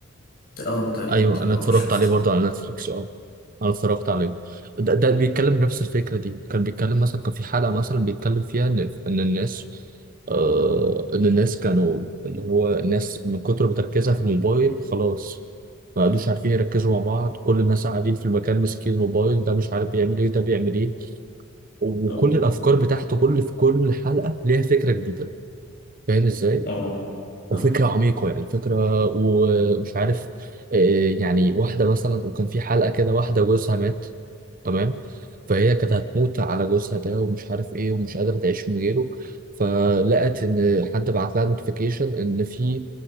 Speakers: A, on the left; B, on the right.
A: اه تقريبا
B: ايوه
A: كده
B: انا
A: اه
B: اتفرجت
A: شفته
B: عليه برضه على نتفليكس اه انا اتفرجت عليه ده, ده بيتكلم نفس الفكره دي كان بيتكلم مثلا كان في حلقه مثلا بيتكلم فيها ان ان الناس آه ان الناس كانوا اللي هو الناس من كتر بتركيزها في الموبايل خلاص ما قعدوش عارفين يركزوا مع بعض كل الناس قاعدين في المكان ماسكين الموبايل ده مش عارف بيعمل ايه ده بيعمل ايه وكل
A: اه
B: الافكار بتاعته كل في كل حلقه ليها فكره جديده فاهم ازاي
A: اه فاهم.
B: وفكرة عميقة يعني فكرة ومش عارف آه، يعني واحدة مثلا وكان في حلقة كده واحدة جوزها مات تمام فهي كانت هتموت على جوزها ده ومش عارف ايه ومش قادرة تعيش من غيره فلقت ان حد بعت لها نوتيفيكيشن ان في